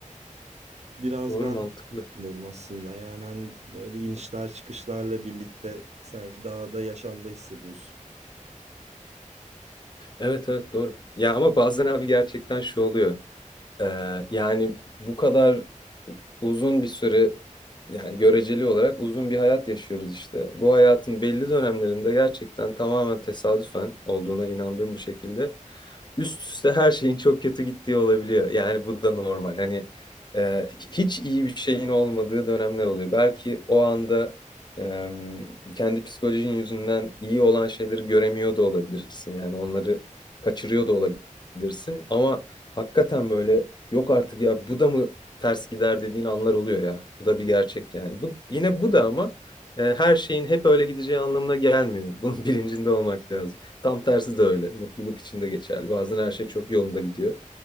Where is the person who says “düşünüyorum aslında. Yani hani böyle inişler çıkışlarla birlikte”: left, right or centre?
Right